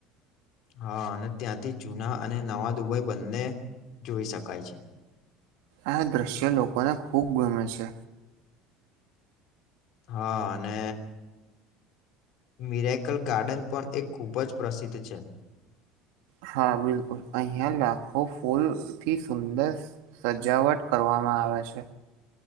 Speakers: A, on the left; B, on the right.
A: હા અને ત્યાંથી જુના અને નવા દુબઈ બંને જોઈ શકાય છે
B: આ દૃશ્ય લોકોને ખૂબ ગમે છે
A: હા અને મિરેકલ ગાર્ડન પણ એ ખૂબ જ પ્રસિદ્ધ છે
B: હા બિલકુલ અહિયાં લાખો ફૂલ થી સુંદર. સજાવટ કરવામાં આવે છે.